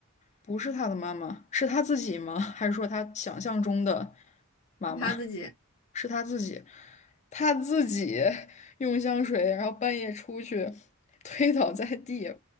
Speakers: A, on the left; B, on the left.
A: 不是他的妈妈，是他自己吗？还是说他想象中的妈妈？
B: 是他自己。
A: 是他自己，他自己 <laughs> 用香水，然后半夜出去推倒在地，